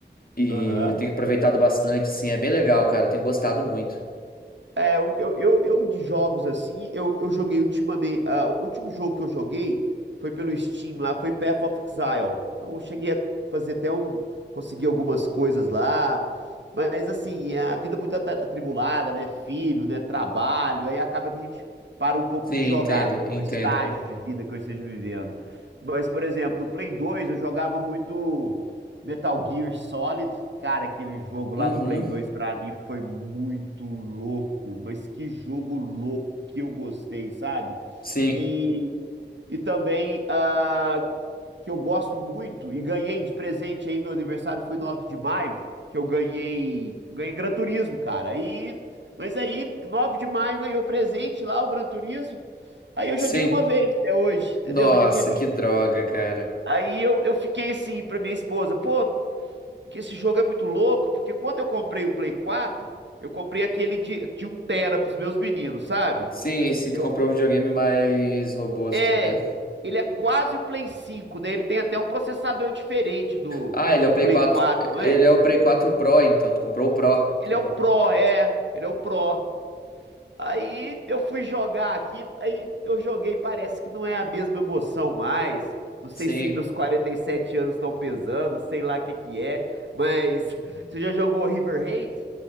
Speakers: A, on the left; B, on the right.
A: E
B: Aham.
A: eu tenho aproveitado bastante, assim. É bem legal, cara. Eu tenho gostado muito.
B: É, eu, eu, eu, eu de jogos assim, eu, eu joguei ultimamente. ah, o último jogo que eu joguei foi pelo Steam lá, foi Path of Exile. Então eu cheguei a fazer até um. Consegui algumas coisas lá. Mas assim, é a vida muito ata- atribulada, né? Filho, né? Trabalho. Aí acaba que a gente para um pouco
A: Sim,
B: de jogar
A: entenda,
B: do,
A: entenda.
B: do estágio de vida que eu esteja vivendo. Mas, por exemplo, no Play 2 eu jogava muito. Metal Gear Solid, cara, aquele jogo
A: Uhum.
B: lá no Play 2 pra mim foi muito louco, mas que jogo louco que eu gostei, sabe?
A: Sim,
B: E, e também ah, que eu gosto muito e ganhei de presente aí, meu aniversário foi 9 de maio, que eu ganhei, ganhei Gran Turismo, cara. Aí, mas aí 9 de maio ganhei o presente lá, o Gran Turismo. Aí eu joguei
A: sim.
B: uma vez até hoje, entendeu?
A: Nossa,
B: Hoje é dia 20.
A: que droga, cara.
B: Aí eu, eu fiquei assim pra minha esposa, pô, que esse jogo é muito louco, porque quando eu comprei o Play 4, eu comprei aquele de, de 1 tera pros meus meninos, sabe?
A: Sim, se tu
B: Eu,
A: comprar um videogame mais robusto,
B: é,
A: né?
B: ele é quase o Play 5, né? Ele tem até um processador diferente do,
A: Ah, ele
B: do
A: é o Play
B: Play
A: 4.
B: 4, não
A: Ele
B: é?
A: é o Play 4 Pro, então. Tu comprou o Pro. Tu
B: Ele
A: não
B: é o
A: comprou.
B: Pro, é, ele é o Pro. Aí eu fui jogar aqui, aí eu joguei, parece que não é a mesma emoção mais. Não sei
A: Sim.
B: se meus 47 anos estão pesando, sei lá o que que é, mas <laughs> você já jogou Riverhead?